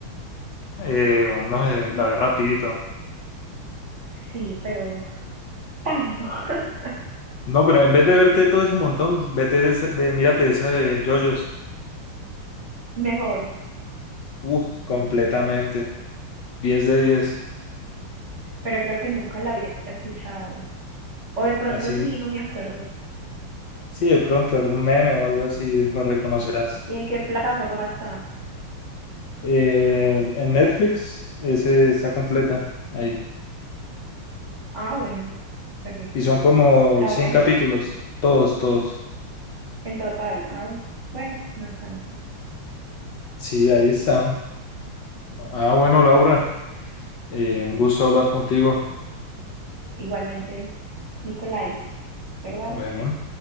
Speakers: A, on the left; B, on the right.
A: eh, uno se la ve rapidito.
B: Sí, pero tanto. <laughs>
A: No, pero en vez de verte todo ese montón, vete ese- ve- mírate esa de JoJo's.
B: Mejor,
A: Uf, completamente. diez de diez
B: pero creo que nunca la había escuchado. O de pronto
A: Así,
B: sí, no me acuerdo.
A: sí, de pronto algún meme o algo así lo reconocerás.
B: ¿Y en qué plataforma está?
A: Eh, en Netflix, ese está completa ahí.
B: Ah, bueno, perfecto.
A: Y son como
B: la
A: 100
B: voy a mirar.
A: capítulos, todos, todos.
B: En total, ah, bueno, no es tanto.
A: Sí, ahí está. Ah, bueno, Laura, eh, un gusto hablar contigo.
B: Igualmente, Nicolai, ¿verdad?
A: Bueno.